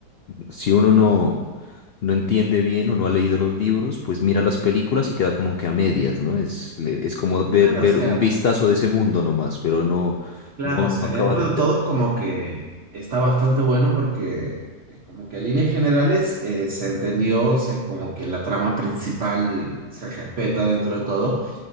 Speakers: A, on the left (about 75°); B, on the right (about 50°).
A: si uno no, no entiende bien o no ha leído los libros, pues mira las películas y queda como que a medias, ¿no? Es, le- es como ver,
B: Claro,
A: ver
B: o sea,
A: un vistazo de ese mundo nomás, pero no,
B: claro,
A: no,
B: o sea,
A: no acaba
B: dentro
A: de entender.
B: de todo es como que está bastante bueno porque es como que a líneas generales eh, se entendió, o sea, es como que la trama principal se respeta dentro de todo,